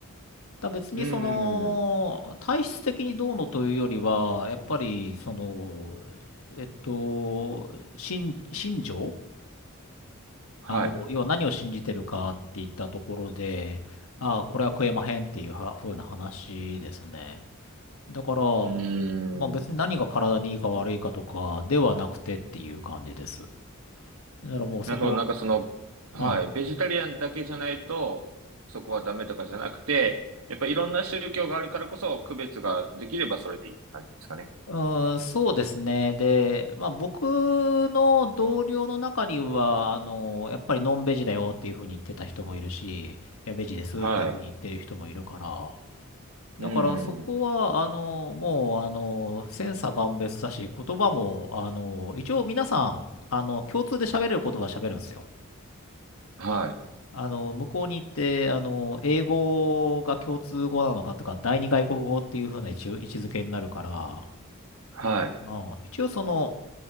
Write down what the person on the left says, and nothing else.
だ別にその、
体質的にどうのというよりは、やっぱり、その、えっと、信、信条
あの、要は何を信じてるかって言ったところで、ああ、これは食えまへんっていうは風な話ですね。だから、
まあ別に何が体にいいか悪いかとかではなくてっていう感じです。だからもうそこは、
うん
うーん、そうですね。で、まあ僕の同僚の中には、あの、やっぱりノンベジだよっていうふうに言ってた人もいるし、や、ベジですっていうふうに言ってる人もいるから、
だからそこは、
あの、もう、あの、千差万別だし、言葉も、あの、一応皆さん、あの、共通で喋れる言葉は喋るんですよ。
あの、向こうに行って、あの、英語が共通語なのかとか、第二外国語っていうふうな一応位置づけになるから、
まあ、一応その、